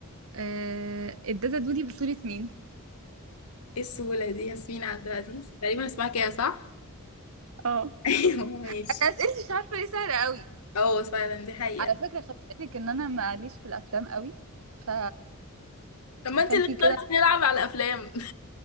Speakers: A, on the right; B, on the left.
A: آه الداتا دودي بصورة مين؟
B: ايه السهوله دي ياسمين عبد العزيز تقريبا اسمها كده صح
A: اه
B: <laughs> ايوه ماشي
A: انا اسئلتي مش عارفه ليه سهله قوي
B: اه فعلا دي حقيقة
A: على فكره خدت بالك ان انا ماليش في الافلام قوي ف
B: طب ما انت
A: فانتي
B: اللي اخترتي
A: كده
B: نلعب على الافلام